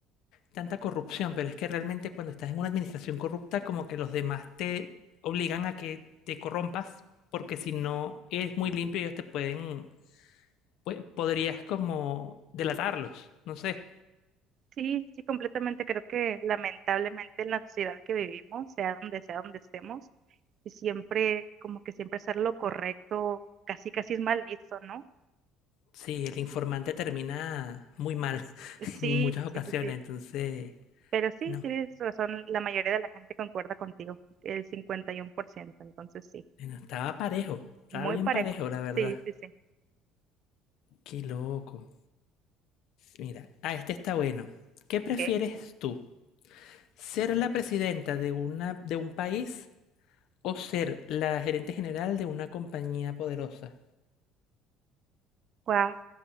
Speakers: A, on the left; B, on the right.
A: tanta corrupción, pero es que realmente cuando estás en una administración corrupta, como que los demás te obligan a que te corrompas, porque si no eres muy limpio, ellos te pueden, pue- podrías como delatarlos, no sé.
B: sí, sí, completamente. Creo que lamentablemente en la sociedad que vivimos, sea donde sea donde estemos, y siempre, como que siempre hacer lo correcto, casi casi es mal visto, ¿no?
A: Sí, el informante termina muy mal <laughs>
B: Sí,
A: en muchas ocasiones,
B: sí, sí, sí.
A: entonces
B: Pero sí,
A: No,
B: tienes razón, la mayoría de la gente concuerda contigo, el 51%. entonces sí,
A: no, estaba parejo, estaba
B: muy
A: bien
B: parejo.
A: parejo, la verdad.
B: Sí, sí, sí.
A: Qué loco. Mira, ah, este está bueno. ¿Qué prefieres
B: Ok.
A: tú? ¿Ser la presidenta de una, de un país o ser la gerente general de una compañía poderosa?
B: Wow,